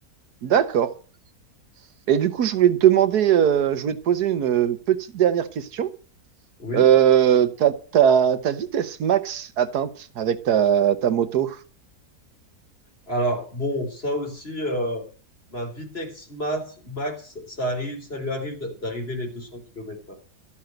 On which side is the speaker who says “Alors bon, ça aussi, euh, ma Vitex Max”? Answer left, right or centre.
Left